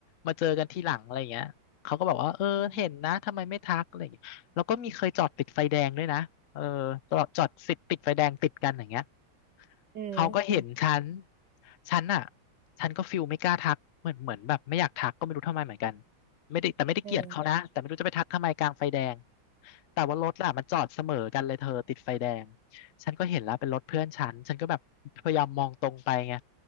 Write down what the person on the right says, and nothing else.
อืมเออ
เออ